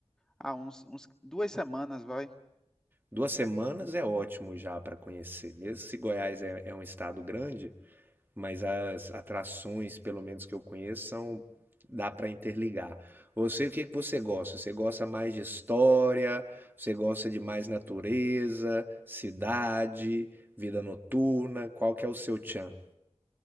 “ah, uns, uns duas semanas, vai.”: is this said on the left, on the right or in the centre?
Centre